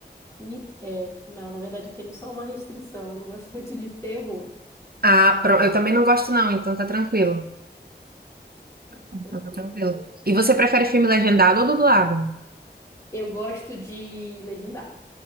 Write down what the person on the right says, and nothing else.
Ah, pronto. Eu também não gosto não, então tá tranquilo.
Então
tá tranquilo. E você prefere filme legendado ou dublado?